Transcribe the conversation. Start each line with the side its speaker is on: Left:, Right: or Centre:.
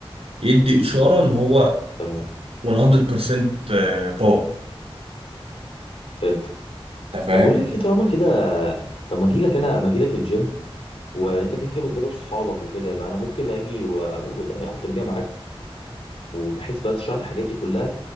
Right: يدي اشاره ان هو
Left: تمام
Right: 100% باور
Left: فهمتك
Right: انت فاهم
Left: طب بقول لك ايه طالما كده طب ما اجي لك انا ما اجي لك الجيم وانت كده كده بتدرب صحابك وكده يبقى انا ممكن اجي واخد و- واخد تمرين معاك وبحيث بقى تشرح لي الحاجات دي كلها